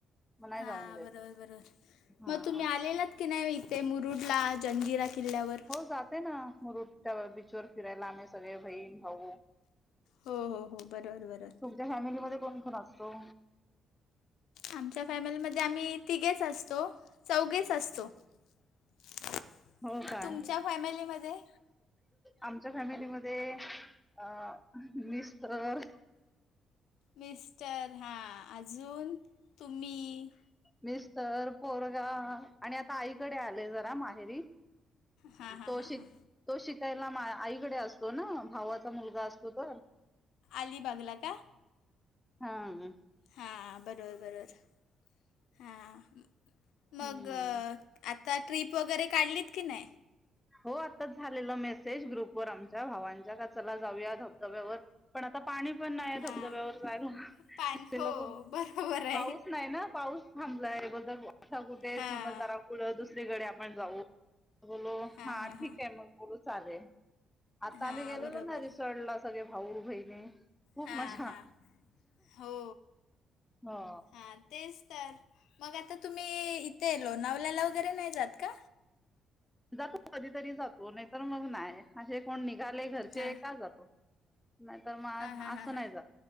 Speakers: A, in the centre; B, on the left.
A: मग नाही
B: हा
A: जाऊन देत
B: बरोबर बरोबर
A: हा
B: मग तुम्ही आलेलात की नाही इथे मुरुडला जंजिरा किल्ल्यावर.
A: हो जाते ना मुरुड च्या बीचवर फिरायला आम्ही सगळे बहीण भाऊ.
B: हो हो हो बरोबर बरोबर.
A: तुमच्या फॅमिलीमध्ये कोण कोण असतो?
B: आमच्या फॅमिलीमध्ये आम्ही तिघेच असतो चौघेच असतो. <inaudible>
A: हो काय?
B: तुमच्या फॅमिलीमध्ये
A: आमच्या फॅमिलीमध्ये अ मिस्टर
B: मिस्टर हां अजून तुम्ही
A: मिस्टर पोरगा आणि आता, आई इकडे आले जरा माहेरी
B: हा हा
A: तो
B: हा
A: शिक
B: हा
A: तो शिकायला मा आईकडे असतो ना भावाचा मुलगा असतो तर
B: अलीबागला का?
A: हम्.
B: हां बरोबर बरोबर हां मग
A: हम्म
B: आता ट्रीप वगैरे काढलीत की नाही?
A: हो आताच झालेला मेसेज ग्रुपवरर आमच्या भावांच्या कचाला जाऊया धबधब्यावर पण आता पाणी पण नाही
B: हां
A: धबधब्यावर जायला
B: पान
A: ते
B: हो
A: लोक
B: बरोबर
A: पाऊस
B: आहे
A: नाही ना पाऊस थांबलंय बोलत असा कुठे
B: हां
A: थांबलंत जरा कुठं दुसरीकडे आपण जाऊ बोलो
B: हां
A: हा
B: हां
A: ठीक
B: हां
A: आहे मग बोलू चालेल आता
B: हां
A: आम्ही गेलेलो
B: बरोबर
A: ना रिसॉर्ट ला सगळे भाऊ बहिणी खूप
B: हां
A: मजा
B: हां हो
A: हो
B: हां तेच तर मग आता तुम्ही इथे येलो नवल्याला वगैरे नाही जात का
A: जातो कधीतरी जातो नाहीतर मग नाही असे कोण निघाले घरचे
B: हां
A: का जातो नाहीतर मग
B: हां हां
A: असं
B: हां हां
A: नाही जात,